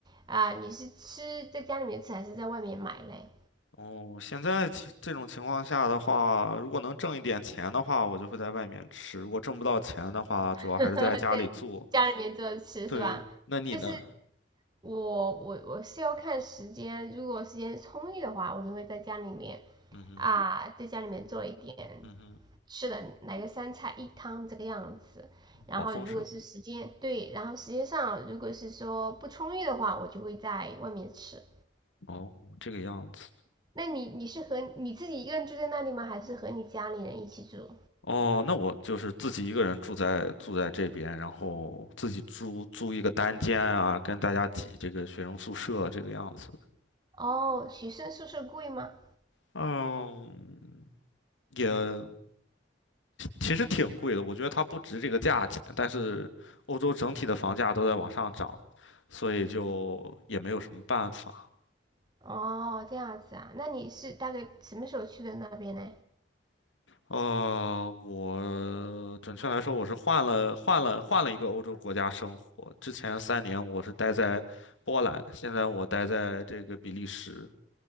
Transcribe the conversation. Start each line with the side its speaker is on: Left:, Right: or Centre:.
Right: 啊、你是吃在家里面吃还是在外面买嘞？
Left: 哦，现在其这种情况下的话，如果能挣一点钱的话，我就会在外面吃；如果挣不到钱的话，主要还是在家里做。
Right: <laughs> 在家里面做着吃是吧？
Left: 对，那你呢？
Right: 但是我我我是要看时间，如果时间充裕的话，我就会在家里面
Left: 嗯哼，
Right: 啊，在家里面做一点
Left: 嗯哼，
Right: 吃的，来个三菜一汤这个样子。然后如果是时间对，
Left: 好丰盛。
Right: 然后时间上如果是说不充裕的话，我就会在外面吃。
Left: 哦，这个样子。
Right: 那你你是和你自己一个人住在那里吗？还是和你家里人一起住？
Left: 哦，那我就是自己一个人住在住在这边，然后自己租租一个单间啊，跟大家挤这个学生宿舍这个样子。
Right: 哦，学生宿舍贵吗？
Left: 嗯，也其实挺贵的，我觉得它不值这个价钱，但是欧洲整体的房价都在往上涨，所以就也没有什么办法。
Right: 哦，这样子啊，那你是大概什么时候去的那边呢？
Left: 呃，我准确来说，我是换了换了换了一个欧洲国家生活。之前三年我是待在波兰，现在我待在这个比利时。